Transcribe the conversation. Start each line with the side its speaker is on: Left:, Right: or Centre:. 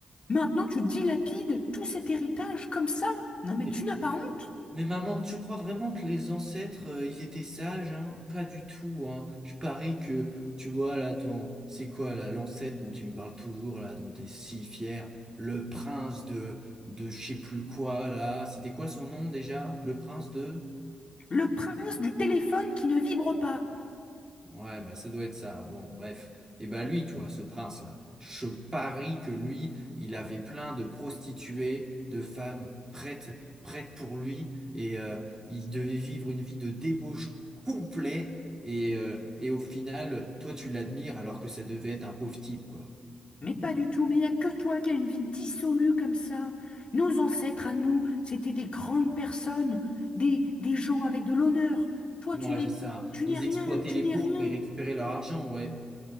Left: Maintenant, tu dilapides tout cet héritage comme ça. Non, mais
Right: Mais,
Left: tu n'as pas honte?
Right: mais maman, tu crois vraiment que les ancêtres, euh, ils étaient sages, hein? Pas du tout, hein. Je parie que, tu vois, là, ton... C'est quoi, là, l'ancêtre dont tu me parles toujours, là, dont t'es si fier? Le prince de... de je sais plus quoi, là. C'était quoi son nom, déjà? Le prince de...
Left: Le prince du téléphone qui ne vibre pas.
Right: Ouais, bah ça doit être ça. Bon, bref. Et ben lui, tu vois, ce prince-là, je parie que lui, il avait plein de prostituées, de femmes prêtes, prêtes pour lui, et euh, il devait vivre une vie de débauche complète. Et, euh, et au final, toi, tu l'admires alors que ça devait être un pauvre type, quoi.
Left: Mais pas du tout, mais il n'y a que toi qui as une vie dissolue comme ça. Nos ancêtres à nous, c'était des grandes personnes, des, des gens avec de l'honneur. Toi,
Right: Moi,
Left: tu n'es,
Right: c'est ça.
Left: tu
Right: Ils
Left: n'es rien,
Right: exploitaient
Left: tu
Right: les
Left: n'es
Right: pauvres,
Left: rien.
Right: ils récupéraient leur argent, ouais.